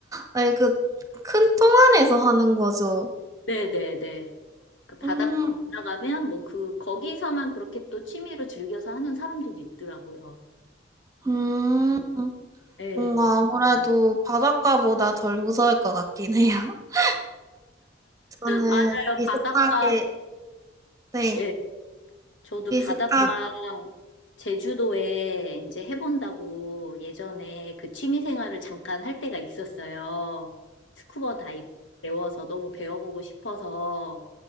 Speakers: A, on the right; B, on the left.
A: 아니, 그, 큰 통 안에서 하는 거죠.
B: 네, <laughs> 네, 네. 그 바닷가
A: 음,
B: 못 나가면 뭐 그 거기서만 그렇게 또 취미로 즐겨서 하는 사람들도 있더라고요.
A: 음.
B: 예.
A: 뭔가 아무래도 바닷가보다 덜 무서울 것 같긴 해요. <laughs> 저는
B: 맞아요.
A: 비슷하게,
B: 바닷가,
A: 네,
B: 예. 저도
A: 비슷하게,
B: 바닷가 제주도에 이제 해본다고 예전에 그 취미 생활을 잠깐 할 때가 있었어요. 스쿠버 다이빙 배워서 너무 배워보고 싶어서.